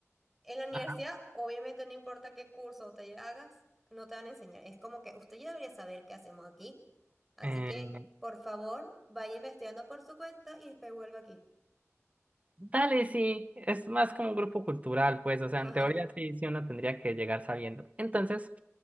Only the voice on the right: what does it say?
Ajá.
Eh,
dale, sí, es más como un grupo cultural, pues, o sea,
en teoría sí, sí uno tendría que llegar sabiendo. Entonces...